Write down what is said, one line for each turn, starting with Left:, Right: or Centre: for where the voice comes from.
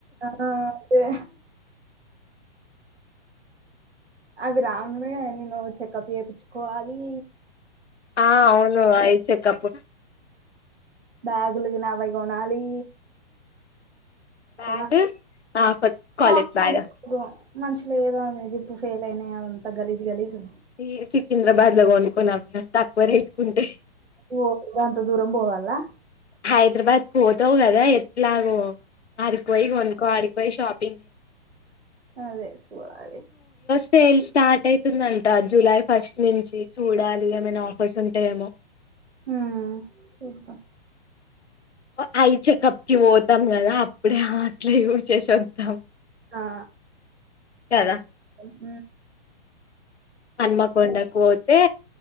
Right: ఆ అదే అవి రానునే ఎన్న నుోవు చెకప్ చేయించుకోవాలి
Left: ఆ అవును అయి చెకప్
Right: బ్యాగులకి నా వైగ గోనాలి
Left: బ్యాగ్
Right: కొనాలి
Left: ఆ
Right: <unintelligible>
Left: కాలేజ్ బ్యాగ్
Right: మనుషులు ఏదోంది జిప్పు ఫెయిల్ అయినాయి అదంతా గలీజ గలీజు
Left: ఈ సికింద్రాబాద్ లో కొనుకోన్నాం తక్కువ ఇట్కుంటే
Right: ఓ గంత దూరం పోవాలా
Left: హైదరాబాద్ పోతావు్ కదా ఎట్లాగో అరిపోయి కొనుకో ఆడిపోయి షాప్ పింగ్
Right: అదే సూడాలి
Left: సేల్ స్టార్ట్ అవుతుందంట జూలై ఫస్ట్ నుంచి చూడాలి ఏమైనా ఆఫర్స్ ఉంటాయేమో
Right: ఉ చూద్దాం
Left: ఉ అఐ చెకప్కిి పోతాం కదా అప్పుడే అట్లే యూజ్ చేసి వద్దాం
Right: ఆ
Left: కదా
Right: ఉ
Left: మన్మకండకు పోోతే